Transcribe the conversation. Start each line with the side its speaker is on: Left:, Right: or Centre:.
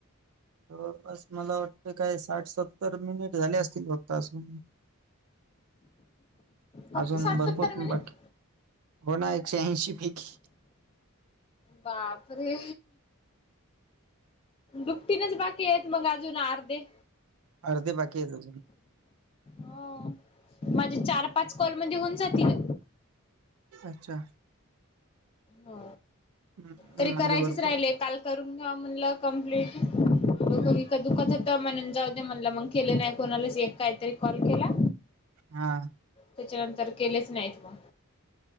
Right: जवळपास मला वाटतंय काय साठ सत्तर मिनिट झाले असतील फक्त आजून <inaudible>
Left: फक्त
Right: अजून
Left: साठ
Right: भरपूर
Left: सत्तर मिनिट
Right: बाकीय, हो ना एकशे ऐंशी पैकी
Left: बापरे! दुपटीनंच बाकीयत मग अजून अर्धे
Right: अर्धे बाकीयत अजून.
Left: हो, माझे चार-पाच कॉलमध्ये होऊन जातील.
Right: अच्छा. !
Left: हो
Right: हम्म,
Left: तरी
Right: माझे
Left: करायचेच
Right: भरपूर
Left: राहिले काल करून घ्यावं म्हणलं कंमप्लीट डोकं विक दुखत होत म्हणून जाऊ म्हणलं मग केले नाही कोणाला एक काहीतरी कॉल केला
Right: हा
Left: त्याच्यानंतर केलेच नाहीत मग